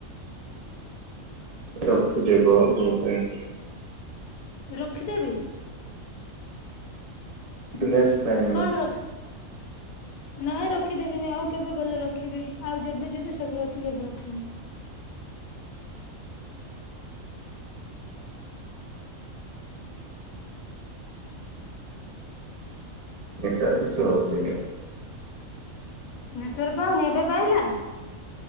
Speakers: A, on the right; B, on the left.
A: ରଖିଦବ କଉ ପାଇଁ?
B: ରଖିଦେବି।
A: ଡ୍ରେସ ପେଣ୍ଟ।
B: କଣ ରଖି ନାଇଁ ରଖିଦେବିନି ଆଉ କେବେ ଗଲେ ରଖିବି ଆଉ ଯେବେ ଯିବି ସେବେ ରଖିବି ଏବେ ରଖିବି।
A: ନେଟୱର୍କ ଇସୁ ରହୁଛି କି?
B: ନେଟୱର୍କ ପାଉନି ଏବେ ପାଇଲା।